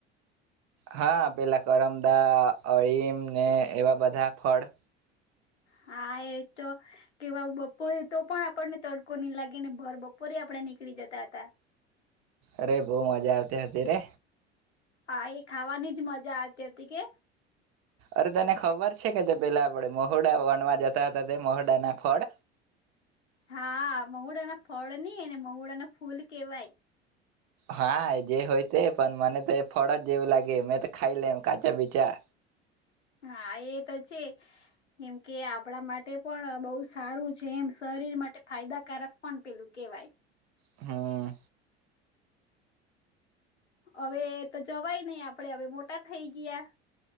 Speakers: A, on the right (about 45°); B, on the left (about 85°).
A: હા, પેલા કરમદા, અળીમ ને એવા બધા ફળ.
B: હા, એ તો કેવા બપોરે તો પણ આપણને તડકો નહી લાગે ને ભર બપોરે આપણેે નીકળી જતા હતા.
A: અરે! બહુ મજા આવતી હતી રે.
B: હા, એ ખાવાની જ મજા આવતી હતી કે.
A: અરે! તને ખબર છે કે, તે પેલા આપણે મહોડા વાનવા જતા હતા, તે મહોડા ના ફળ?
B: હા, મહુડાના ફળ ની, એને મહુડા ના ફૂલ કેવાય.
A: હા, ઈ જે હોય તે, પણ મને તો એ ફળ જ એવું લાગે. મેં તો ખાઈ લેમ કાચા-પીચા.
B: હા, એ તો છે. કેમ કે, આપણા માટે પણ બહુ સારું છે એમ, શરીર માટે ફાયદાકારક પણ પેલું કેવાય.
A: હમ્મ.
B: હવે તો જવાય નઈ, આપડે હવે મોટા થઈ ગયા.